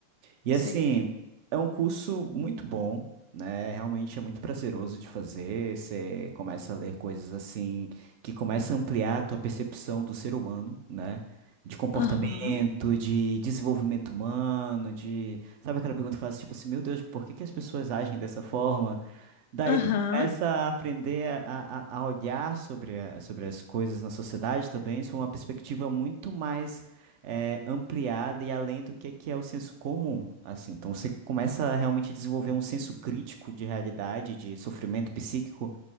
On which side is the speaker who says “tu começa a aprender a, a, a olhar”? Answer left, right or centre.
Right